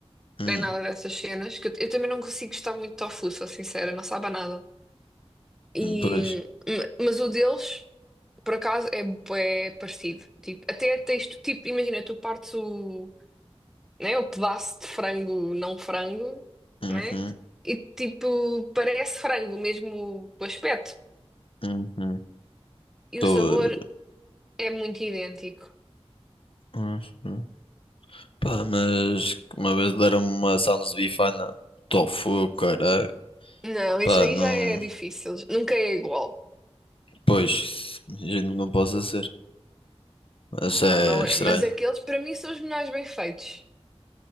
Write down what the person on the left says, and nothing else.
Hum,
depois.
Uhum,
uhum.
Estou
a-
uhum. Pá, mas uma vez deram-me uma Sounds Bifana tofu, caralho.
Pá,
não.
Pois, imagino que não possa ser. Mas
é
estranho.